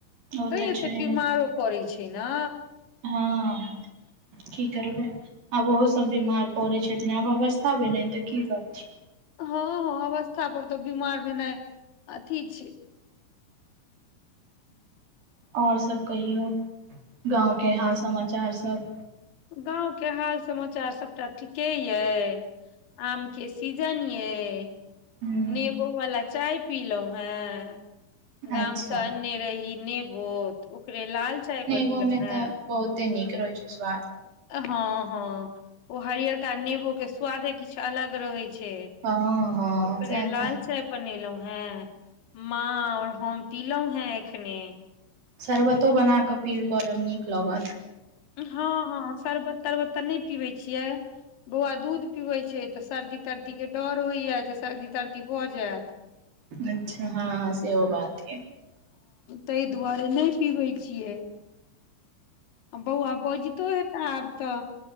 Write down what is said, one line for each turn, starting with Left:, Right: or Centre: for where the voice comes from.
Right: ओ
Left: तैं
Right: तऽ
Left: एतेक
Right: छैहे
Left: बीमारो पड़ै छै ने
Right: हँ की करबै आब ओहो सब बीमार पड़ै छथिन आब अवस्था भेलैन तऽ की करथिन
Left: हँ हँ अवस्था पर तऽ बीमार भेनाइ अथी छै
Right: आओर सभ कहियौ गाँवके हाल समाचार सब
Left: गाँंवके हाल समाचार सबटा ठीके अए आम के सीजन अए
Right: हूँ
Left: नेबो वाला चाय पीलहुँ हें गाम
Right: अच्छा
Left: सँ अन्ने रही नेबो ओकरे लाल चाय बनेलौं
Right: नेबो मे
Left: हें
Right: तऽ बहुते नीक रहै छै स्वाद
Left: हँ हँ ओ हरियरका नेबो के स्वादे किछु अलग रहै छै
Right: हँ हँ
Left: से ओकरे
Right: सएह
Left: लाल
Right: तऽ
Left: चाय बनेलहुँ हँ माँ और हम पिलहुॅं हैं एखने
Right: शरबतो बना कऽ पील कोरब नीक लागत
Left: हँ हँ शरबत तरबत तऽ नय पिबै छियै बौआ दूध पिबैत छै त सर्दी तर्दी के डर होइए जे सर्दी तर्दी भऽ जायत
Right: अच्छा हँ सेहो बात ये
Left: तय दुआरे नै पीबै छियै बौवा बजितो हे त आब तऽ